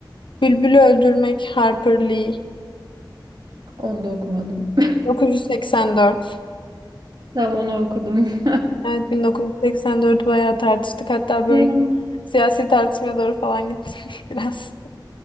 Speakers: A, on the left (about 75°); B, on the right (about 55°).
A: Bülbül'ü Öldürmek, Harper Lee.
B: <laughs> Onu da okumadım.
A: 1984.
B: <laughs> Tamam onu okudum. <laughs>
A: Evet 1984'ü bayağı tartıştık. Hatta böyle
B: Ne o?
A: siyasi tartışmaya doğru falan gittim <laughs> biraz.